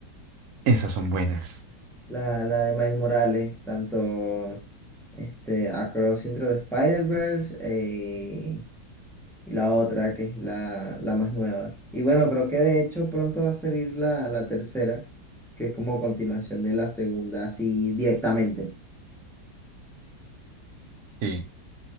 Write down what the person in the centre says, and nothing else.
la, la de Miles Morales, tanto este, Across Intro de Spider-Verse, eh, y la otra que es la, la más nueva. Y bueno, creo que de hecho pronto va a salir la, la tercera, que es como continuación de la segunda, así directamente.